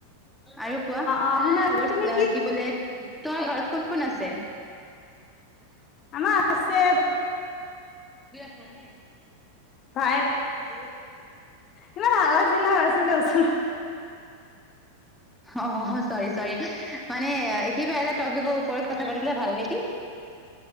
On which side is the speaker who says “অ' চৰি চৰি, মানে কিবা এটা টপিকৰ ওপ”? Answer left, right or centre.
Centre